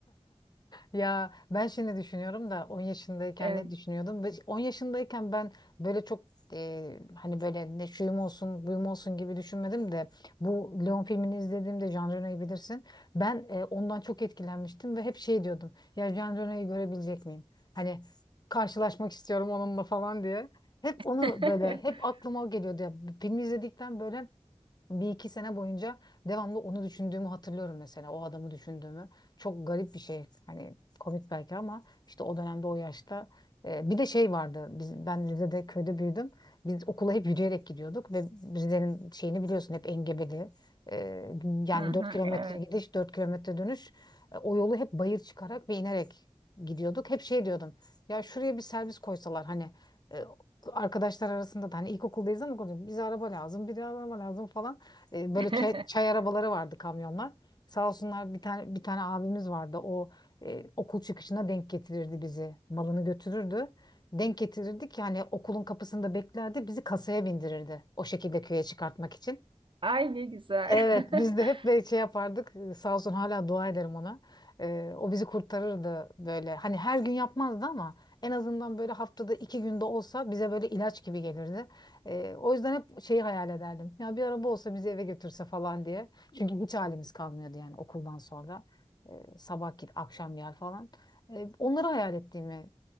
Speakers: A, on the left (about 35°); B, on the right (about 45°).
A: Ya ben şimdi düşünüyorum da 10 yaşındayken
B: Evet.
A: ne düşünüyordum? Ve 10 yaşındayken ben böyle çok e, hani böyle ne şuyum olsun buyum olsun gibi düşünmedim de bu Leon filmini izlediğimde Jean Reno'yu bilirsin. Ben e, ondan çok etkilenmiştim ve hep şey diyordum. Ya Jean Reno'yu görebilecek miyim? Hani karşılaşmak istiyorum onunla falan diye. Hep onu
B: <laughs>
A: böyle hep aklıma o geliyordu ya. Filmi izledikten böyle bir iki sene boyunca devamlı onu düşündüğümü hatırlıyorum mesela o adamı düşündüğümü. Çok garip bir şey hani komik belki ama işte o dönemde o yaşta e, bir de şey vardı biz, ben Rize'de köyde büyüdüm biz okula hep yürüyerek gidiyorduk ve Rize'nin şeyini biliyorsun hep engebeli E, yani
B: Hı hı,
A: 4 kilometre
B: evet.
A: gidiş 4 kilometre dönüş E, o yolu hep bayır çıkarak ve inerek gidiyorduk hep şey diyordum ya şuraya bir servis koysalar hani e, arkadaşlar arasında da hani ilkokuldayız ama konuşuyoruz. bize araba lazım, bir de araba lazım falan. E, böyle
B: <laughs>
A: çay, çay arabaları vardı kamyonlar. Sağ olsunlar bir tane bir tane abimiz vardı. O e, okul çıkışına denk getirirdi bizi. Malını götürürdü. Denk getirirdik yani okulun kapısında beklerdi. Bizi kasaya bindirirdi. O şekilde köye çıkartmak için.
B: Ay ne güzel.
A: Evet,
B: <laughs>
A: biz de hep böyle şey yapardık. Ee, Sağ olsun hala dua ederim ona. Ee, o bizi kurtarırdı böyle. Hani her gün yapmazdı ama en azından böyle haftada iki günde olsa bize böyle ilaç gibi gelirdi. Ee, o yüzden hep şeyi hayal ederdim. Ya bir araba olsa bizi eve götürse falan diye. Çünkü hiç halimiz kalmıyordu yani okuldan sonra. Ee, sabah git, akşam gel falan. Ee, onları hayal ettiğimi